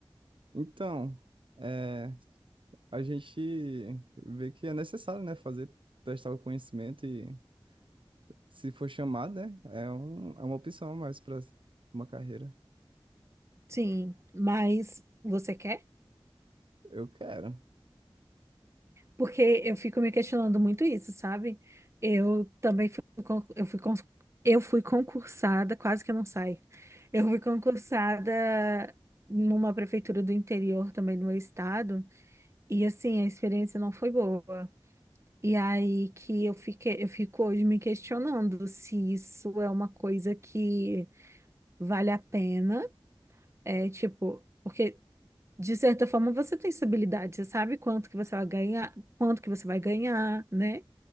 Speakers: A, on the right; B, on the right.
A: Então, é, a gente vê que é necessário, né, fazer, testar o conhecimento e se for chamado, né, é, um, é uma opção a mais para uma carreira.
B: Sim. Mas você quer?
A: Eu quero.
B: Porque eu fico me questionando muito isso, sabe? Eu também fui, con- eu fui, con- eu fui concursada, quase que eu não saio. Eu fui concursada numa prefeitura do interior também do meu estado, e assim, a experiência não foi boa. E aí que eu fiquei, eu fico hoje me questionando se isso é uma coisa que vale a pena, é tipo, porque de certa forma você tem estabilidade, você sabe quanto que você vai ganhar, quanto que você vai ganhar, né?